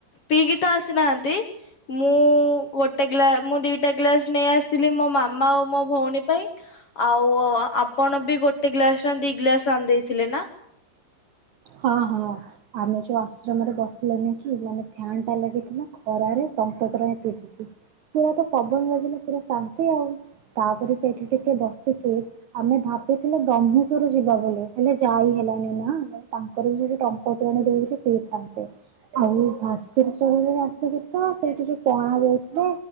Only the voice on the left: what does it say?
ପିଇକି ତ ଆସିନାହାନ୍ତି ମୁଁ ଗୋଟେ ଗା ମୁଁ ଦିଟା ଗ୍ଲାସ୍ ନେଇ ଆସିଥିଲି ମୋ ମାମା ଆଉ ମୋ ଭଉଣୀ ପାଇଁ ଆଉ ଆପଣ ବି ଗୋଟେ ଗ୍ଲାସ ନା ଦି ଗ୍ଲାସ୍ ଆଣିଦେଇଥିଲେ ନା।